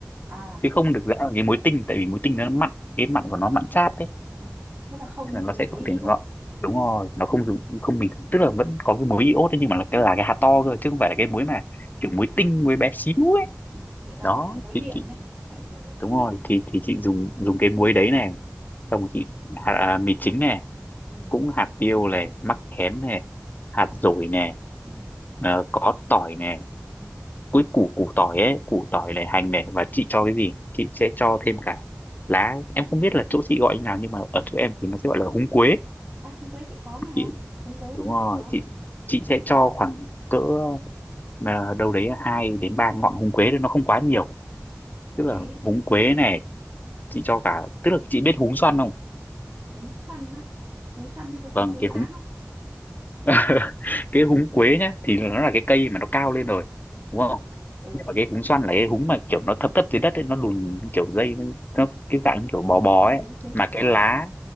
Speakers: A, on the right (about 20°); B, on the left (about 35°).
A: À,
B: chứ không được rã vào cái muối tinh tại vì muối tinh nó mặn cái mặn của nó mặn chát đấy
A: ừ. Thế là không
B: nên là
A: dùng
B: nó sẽ
A: muối
B: không
A: iốt.
B: thể ngọt đúng rồi nó không dùng không mình tức là vẫn có cái muối iốt đấy nhưng mà là cái là cái hạt to cơ chứ không phải
A: Ờ
B: là cái muối
A: ờ,
B: mà kiểu
A: ok.
B: muối tinh muối bé xíu ấy
A: Ừ, người ta
B: đó
A: gọi là muối
B: chị
A: biển
B: chị
A: đấy. Phải dùng cái muối
B: đúng
A: biển
B: rồi thì
A: à,
B: thì chị
A: kia.
B: dùng dùng cái muối đấy này xong rồi chị hạt à, mì chính này
A: Ừ.
B: cũng hạt tiêu này mắc khén này hạt dổi này
A: Ừ.
B: ờ, có tỏi này
A: ừ.
B: cuối củ củ tỏi ấy củ tỏi này hành này và chị cho cái gì chị sẽ cho thêm cả lá em không biết là chỗ chị gọi như nào nhưng mà ở chỗ em thì nó sẽ gọi là húng quế
A: À, húng quế chị có mà.
B: chị
A: Húng quế
B: đúng
A: bên
B: rồi
A: chị có
B: chị chị sẽ cho khoảng cỡ à, đâu đấy hai đến ba ngọn húng quế thôi, nó không quá nhiều tức
A: cái
B: là húng quế này chị cho cả tức là chị biết húng xoăn không
A: húng xoăn á. Húng xoăn hay có giống
B: vâng
A: húng
B: cái
A: láng
B: húng
A: không?
B: <laughs> cái húng quế nhá thì nó là cái cây mà nó cao lên rồi
A: Ừ.
B: đúng không
A: Ừ.
B: nhưng mà cái húng xoăn là cái húng mà kiểu nó thấp thấp dưới đất ấy nó lùn kiểu dây nó cái dạng
A: Thế
B: kiểu bò
A: Thì
B: bò
A: cái là
B: ấy
A: húng húng
B: mà
A: bạc hà,
B: cái lá